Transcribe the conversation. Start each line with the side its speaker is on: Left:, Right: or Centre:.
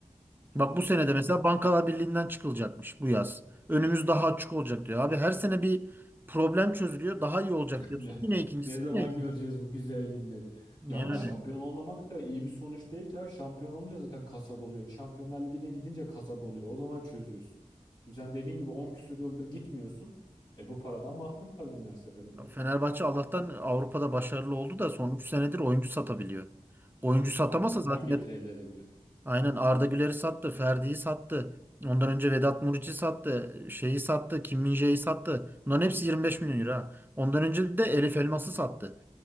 Right: Bak bu sene
Left: Ya
Right: de mesela Bankalar Birliği'nden çıkılacakmış bu yaz. Önümüz daha açık olacak diyor. Abi her sene bir problem çözülüyor. Daha iyi olacak diyorsun.
Left: Ne,
Right: Yine ikincisi
Left: ne zaman
Right: yine ikincisi.
Left: göreceğiz bu güzel günleri?
Right: Yani
Left: Ya ama şampiyon olmamak da iyi bir sonuç değil ki ya. Şampiyon olunca zaten kasa doluyor. Şampiyonlar Ligi'ne gidince kasa doluyor. O zaman çözüyorsun. Şimdi sen dediğin gibi 10 küsur yıldır gitmiyorsun. E bu paradan mahrum kalıyorsun her seferinde.
Right: Fenerbahçe Allah'tan Avrupa'da başarılı oldu da son 3 senedir oyuncu satabiliyor. Oyuncu satamasa
Left: Ya ondan
Right: zaten
Left: getiri
Right: hep-
Left: elde edebiliyor.
Right: aynen Arda Güler'i sattı, Ferdi'yi sattı. Ondan önce Vedat Muriç'i sattı, şeyi sattı, Kim Min-jae'yi sattı. Bunların hepsi 25 milyon euro. ha. Ondan önce de Elif Elmas'ı sattı.